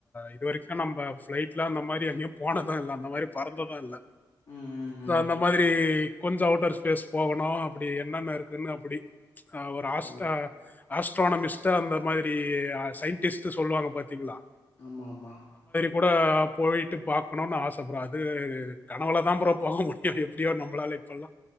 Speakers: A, on the left; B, on the left.
A: இதுவரைக்கு நம்ப பிளைட்ல அந்த மாரி எங்கேயு போனதும் இல் அந்த மாரி பறந்ததும் இல்ல
B: ம், ம், ம்.
A: தோ அந்த மாதிரி கொஞ்ச அவுட்டர் ஸ்பேஸ் போகணு அப்படி என்னென்ன இருக்குன்னு அப்படி ஆ ஒரு
B: ஓ!
A: ஆஸ்டா ஆஸ் ட்ரோனமிஸ்ட் ஆ அந்த மாதிரி சயின்டிஸ்ட் டு சொல்லுவாங்க பாார்த்தீங்களா
B: ஆமா ஆமா
A: கூட போயிட்டு பார்க்கணு ஆச ப்ரோ அது கனவுள தான் ப்ரோ போக முடியு எப்படியோ நம்மளால பல்லா